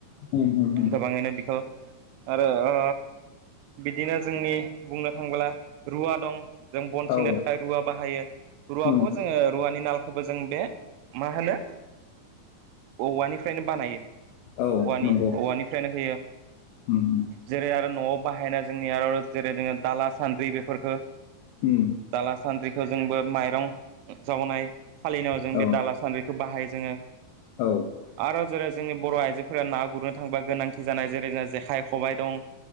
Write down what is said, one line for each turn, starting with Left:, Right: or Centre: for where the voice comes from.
Left: उम उम
Right: गोबाङैनो बेखौ आरो ओ बिदिनो जोंनि बुंनो थांबोला रुवा दं। जों बन सिंनो
Left: उम औ
Right: थाखाय रुवा बाहायो रुवाखौबो
Left: उम
Right: जोङो रुवानि नालखौबो जों बे मा होनो औवानिफ्रायनो बानायो।
Left: औ
Right: औवानि
Left: नंगौ
Right: औवानिफ्रायनो होयो
Left: उम उम
Right: जेरै आरो न'वाव बाहायनाय जोंनि आर जेरै जोङो दाला सान्द्रै बेफोरखौ
Left: उम
Right: दाला सान्द्रिखौ जोंबो माइरं जावनाय सालिनायाव जों
Left: औ
Right: बे दाला सान्द्रैखौ बाहायो जोङो।
Left: औ
Right: आरो जेरै जोंनि बर' आइजोफोरा ना गुरनो थांबा गोनांथि जानाय जेरै जेरै जेखाइ खबाइ दं।